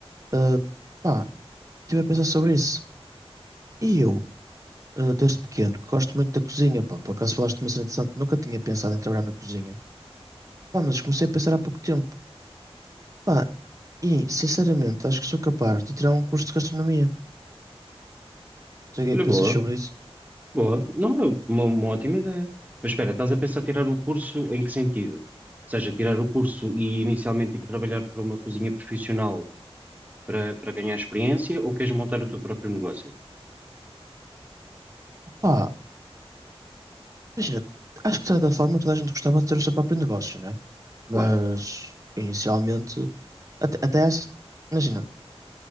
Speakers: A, on the right; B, on the right.
A: Eh, pá, estive a pensar sobre isso. E eu? eh, desde pequeno, que gosto muito da cozinha, pá. Por acaso falaste de uma cena interessante, nunca tinha pensado em trabalhar na cozinha. Pá, mas comecei a pensar há pouco tempo. Pá, e, sinceramente, acho que sou capaz de tirar um curso de gastronomia. Não sei o que
B: Olha,
A: é que
B: boa.
A: pensas sobre isso.
B: Boa, não é uma, uma ótima ideia. Mas espera, estás a pensar tirar o curso em que sentido? Ou seja, tirar o curso e inicialmente ir trabalhar para uma cozinha profissional para, para ganhar experiência ou queres montar o teu próprio negócio?
A: Pá, imagina, acho que de certa forma toda a gente gostava de ter o seu próprio negócio, né? Mas,
B: Claro.
A: inicialmente, até, até acho- imagina,